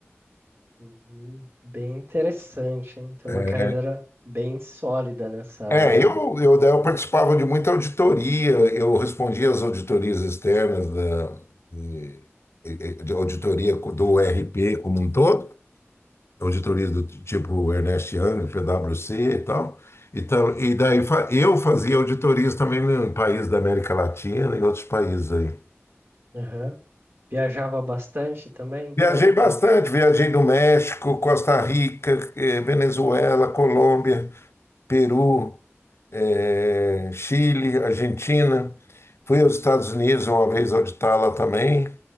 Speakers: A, on the right; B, on the left.
A: Uhum, Bem interessante, hein? Tem
B: É,
A: uma carreira bem sólida nessa área
B: é, eu, eu, daí eu participava de muita auditoria, eu respondia às auditorias externas da e- e- de auditoria co- do RP como um todo, auditoria do t- tipo Ernest Young, PwC e tal. E, tal, Então, e daí fa- eu fazia auditorias também no país da América Latina e outros países aí.
A: aí. Viajava bastante também, então,
B: Viajei bastante,
A: para
B: viajei no México, Costa Rica, eh, Venezuela, Colômbia, Peru, eh, Chile, Argentina. Fui aos Estados Unidos uma vez auditar lá também,